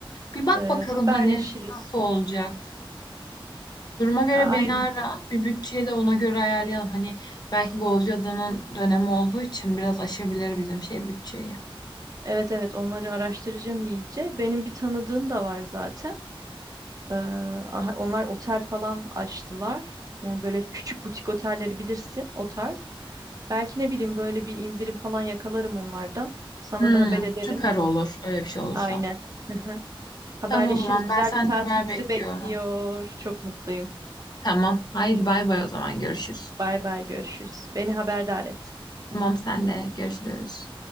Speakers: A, on the left; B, on the right.
A: Bir bak
B: E,
A: bakalım
B: haberleşiriz.
A: hani nasıl olacak. Duruma göre
B: A-
A: beni
B: Aynen.
A: ara. Bir bütçeyi de ona göre ayarlayalım. Hani belki Bozcaada'nın dönemi olduğu için biraz aşabilir bizim şey bütçeyi.
B: Evet evet onları araştıracağım iyice. Benim bir tanıdığım da var zaten. E, aha, onlar otel falan açtılar. Yani böyle küçük butik otelleri bilirsin, o tarz. Belki ne bileyim böyle bir indirim falan yakalarım onlardan. Sana
A: Hmm,
B: da haber ederim.
A: süper olur. Öyle bir şey olursa.
B: Aynen. Hı hı. Haberleşiriz.
A: Tamam o zaman
B: Güzel
A: ben senden
B: bir tatil
A: haber
B: bizi
A: bekliyorum.
B: bekliyor. Çok mutluyum.
A: Tamam. Haydi bay bay o zaman görüşürüz.
B: Bay bay görüşürüz. Beni haberdar et.
A: Tamam senle görüşürüz.